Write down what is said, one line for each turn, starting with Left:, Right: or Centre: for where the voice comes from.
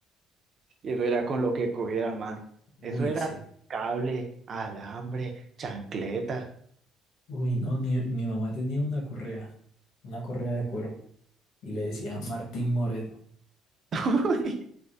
Right: Y eso era con lo que cogía hermano.
Left: Uy,
Right: Eso era
Left: sí.
Right: cable, alambre, chancleta.
Left: Uy, no, mi mi mamá tenía una correa, una correa de cuero, y le decía Martín Moreno.
Right: <laughs> Uy,